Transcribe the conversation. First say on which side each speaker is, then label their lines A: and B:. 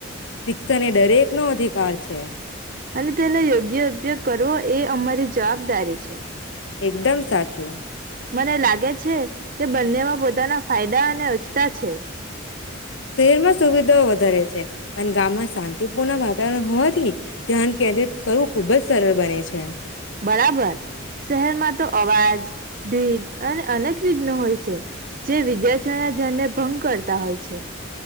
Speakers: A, on the left; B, on the right.
A: શિક્ષણ એ, દરેક નો અધિકાર છે.
B: અને તેનો યોગ્ય ઉપયોગ કરવો એ અમારી જવાબદારી છે.
A: એકદમ સાચું.
B: મને લાગે છે કે, બંનેમાં પોતાના ફાયદા અને અછતા છે.
A: શહેરમાં સુવિધાઓ વધારે છે, પણ ગામમાં શાંતિપૂર્ણ વાતાવરણ હોવાથી ધ્યાન કેન્દ્રિત કરવું ખુબ જ સરળ બને છે.
B: બરાબર. શહેરમાં તો અવાજ, ભીજ અને અનેક વિઘ્ન હોય છે, જે વિદ્યાર્થીના ધ્યાનને ભંગ કરતા હોય છે.